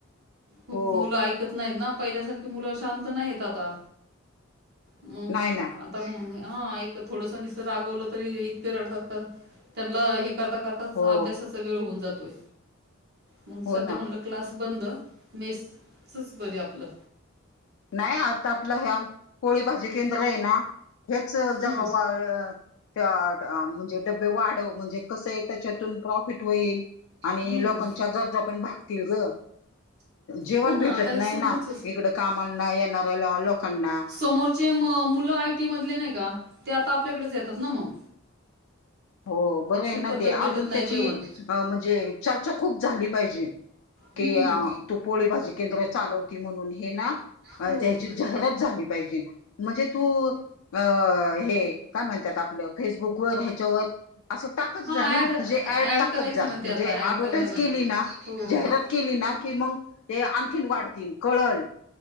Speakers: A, on the right; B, on the left.
A: खूप
B: हो
A: मुलं आयक त नाही ना पहिल्यासारखी मुलं शांत नाही आता. म
B: नाही ना
A: पण हा एक थोडसं निसत रागवलं तरी इतके रडतात त्यांनला हे करता करता कसं
B: हो
A: अभ्यासाचा वेळ होऊन जातोय. मग
B: हो
A: सध्या
B: ना
A: म्हणलं क्लास बंद. मेसच बरी आपलं
B: नाही आता आपल्या ह्या पोळी भाजी केंद्र आहे ना हेच
A: हम्म
B: जरा वाळ त्यात म्हणजे डबे वाढव म्हणजे कसं आहे त्याच्यातून प्रॉफिट होईल. आणि
A: हम्म.
B: लोकांच्या गरजा पण भागतील ग. जेवण
A: हो ना
B: भेटत
A: आता हे
B: नाही
A: समोरचच
B: ना इकडं कामांना येणाऱ्या लो लोकांना.
A: समोरचे म मुलं आयटी मधले नाही का ते आता आपल्याकडेच येतात ना म.
B: हो. बरं आहे ना
A: पद्धत
B: ते
A: भेटत
B: अजून
A: नाही
B: त्याची
A: जेवण.
B: म्हणजे चर्चा खूप झाली पाहिजे. के
A: हम्म.
B: आ तू पोळी, भाजी केंद्र चालवती म्हणून हे ना आज
A: हो.
B: ह्याची जाहिरात झाली पाहिजे. म्हणजे तू अ हे काय म्हणतात आपलं फेसबुकवर ह्याच्यावर असं टाकत
A: हा
B: जा ना.
A: ऍड
B: तुझे ॲड
A: ऍड
B: टाकत
A: करायची
B: जा
A: ना
B: म्हणजे
A: ते आता ऍड
B: ॲडवटायज
A: करणार आहे
B: केली ना
A: हो.
B: जाहिरात केली ना की मग ते आणखीन वाढतील कळलं.